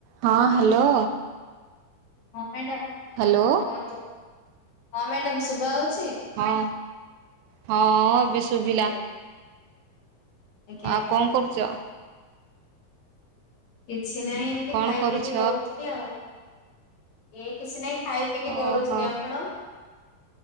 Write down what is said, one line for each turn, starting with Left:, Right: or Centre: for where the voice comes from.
Right: ହଁ ହ୍ୟାଲୋ!
Left: ହଁ madam.
Right: Hello
Left: କୁହନ୍ତୁ ହଁ ମ୍ୟାଡାମ ଶୁଭା ହଉଛି?
Right: ହଁ ହଁ ଏବେ ଶୁଭିଲା,
Left: ଆଜ୍ଞା ଆଜ୍ଞା ଆଜ୍ଞା।
Right: ଆଉ କଣ କରୁଛ?
Left: କିଛି ନାହିଁ ଏମିତି
Right: କଣ
Left: ଖାଇ
Right: କରୁଛ?
Left: ପିଇକି ଗଡୁଥିଲି ଆଉ ଏଇ କିଛି ନାହିଁ ଖାଇ ପିଇକି
Right: ଓହୋ
Left: ଗଢୁଥିଲେ ଆପଣ?